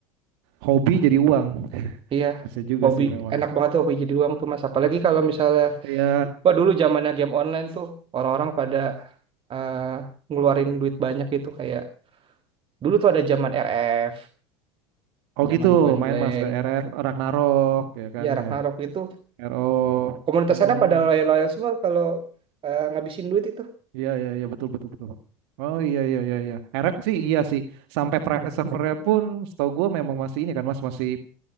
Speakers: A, on the right; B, on the right.
A: hobi jadi uang. <laughs>
B: iya
A: Bisa juga
B: hobi
A: sih memang.
B: enak banget tuh hobi jadi uang tuh mas apalagi kalau misalnya
A: Iya.
B: wah dulu zamannya game online tuh orang-orang pada eh, ngeluarin duit banyak gitu kayak dulu tuh ada zaman RF
A: Oh
B: zaman
A: gitu,
B: Point
A: main
B: Blank
A: Mas RF Ragnarok ya kan
B: ya Ragnarok
A: ya.
B: itu
A: RO.
B: komunitas
A: Hmm.
B: ada pada loyal-loyal semua kalau eh, ngabisin duit itu
A: Iya iya iya betul betul betul. Oh iya iya iya iya. RF sih iya sih. Sampai private servernya pun setahu gue memang masih ini kan Mas masih